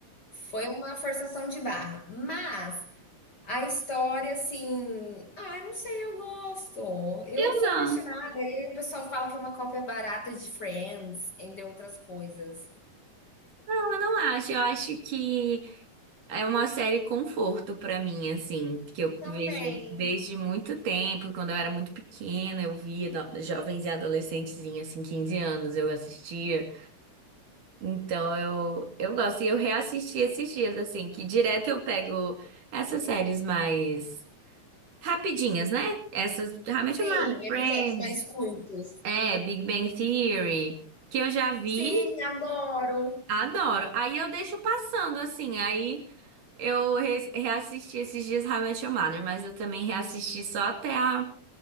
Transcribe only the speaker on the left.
foi uma forçação de barra. Mas a história assim, ah, não sei, eu gosto. Eu
sou
apaixonada. E aí o pessoal fala que é uma cópia barata de Friends, entre outras coisas.
Também.
Sim,
episódios mais curtos.
Sim, adoro.